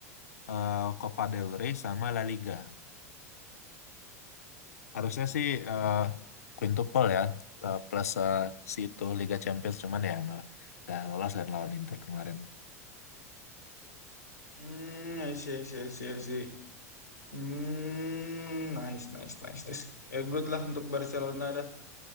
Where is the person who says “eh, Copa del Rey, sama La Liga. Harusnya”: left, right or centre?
Left